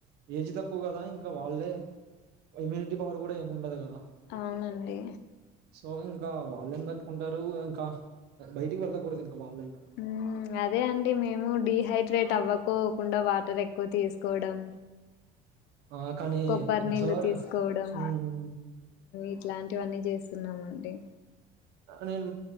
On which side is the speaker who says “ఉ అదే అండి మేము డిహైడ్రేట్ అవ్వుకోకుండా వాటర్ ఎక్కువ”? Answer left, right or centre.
Left